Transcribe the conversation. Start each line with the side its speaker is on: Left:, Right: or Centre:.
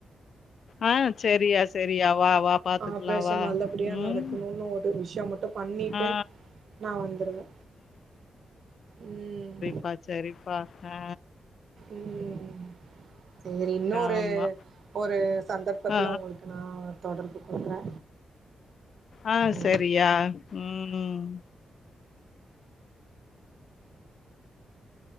Left: ஆ சரியா சரியா வா வா பாத்துக்கலாம்
Right: ஆப்ரேஷன்
Left: வா.
Right: நல்லபடியா
Left: ம்.
Right: நடக்கணுனு விஷ்யோ மட்டு பண்ணிட்டு
Left: ஆ.
Right: நா வந்துருவே ம்
Left: பா சரிப்பா அ
Right: ம் சரி இன்னொரு
Left: ஆமா.
Right: ஒரு சந்தர்ப்பத்துல
Left: ஆ,
Right: உங்ளுக்கு நா தொடர்பு கொள்றே
Left: ஆ
Right: ம்
Left: சரியா ம்